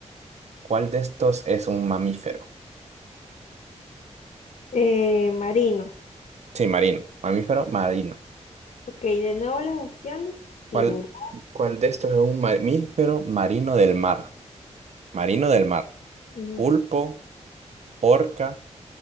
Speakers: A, on the right; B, on the left.
A: ¿Cuál de estos es un mamífero?
B: Eh, marino.
A: Sí, marino. Mamífero marino.
B: Ok, de nuevo las opciones. Tiburón.
A: ¿Cuál, cuál de estos es un mamífero marino del mar? Marino del mar.
B: Ujú.
A: Pulpo, orca,